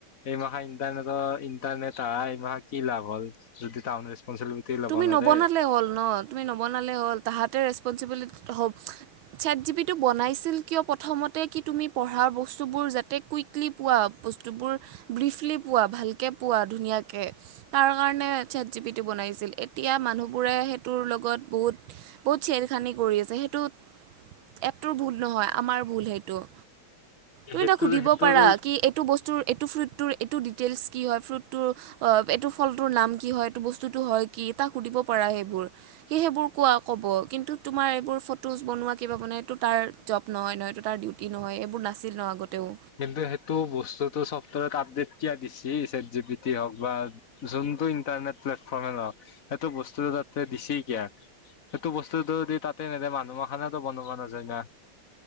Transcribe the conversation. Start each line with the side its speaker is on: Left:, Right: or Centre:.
Left: এইমাহা ইণ্টাৰনেটৰ। ইন্টাৰনেট আহা এইমাহ কি লাভ হ'ল যদি টাউনৰ ৰেচপনচিবিলিটি। ল'ব
Right: তুমি
Left: নোৱাৰে
Right: নবনালে হ'ল ন তুমি নবনালে হ'ল তাহাঁতে ৰেচপনচিবিলিটি হ'ব। চেট জীৱিটো বনাইছিল কিয় প্ৰথমতে কি তুমি পঢ়া বস্তুবোৰ যাতে কুইক। লি পোৱা বস্তুবোৰ ব্ৰিফলি পোৱা ভালকে পোৱা ধুনীয়াকে। তাৰ কাৰণে চেট জিবিটি বনাইছিল। এতিয়া মানুহবোৰে সেইটোৰ লগত বহুত বহুত চেৰখানি কৰি আছে সেইটো। এপটোৰ ভুল নহয় আমাৰ ভুল সেইটো। তুমি
Left: সেইটো
Right: টাক সুধিব
Left: সেইটোৰ
Right: পাৰা কি এইটো বস্তুৰ এইটো ফ্ৰুটটোৰ এইটো ডিটেইলছ কি হয় ফ্ৰুটটোৰ। অহ এইটো ফলটোৰ নাম কি হয় এইটো বস্তুটো হয় কি তাক সুধিব পাৰা সেইবোৰ। সি সেইবোৰ কোৱা ক'ব কিন্তু তোমাৰ এইবোৰ ফটোজ বনোৱা কিবা বনোৱা এইটো তাৰ। জব নহয় নহয় এতো তাৰ ডিউটি নহয় এইবোৰ নাছিল ন আগতেও
Left: কিন্তু সেইটো বস্তুটো চফ্টৱেৰত আপডেট কিয়া বিছৰি আছে ছেটজিপিটি হওক বা যোনটো ইণ্টাৰনেট প্লেটফৰ্মে নহক সেইটো বস্তুটো তাতে দিছি কিয়া সেইটো বস্তুটো দি তাতে দে মানুহৰ খানেত বনাব নাযায় না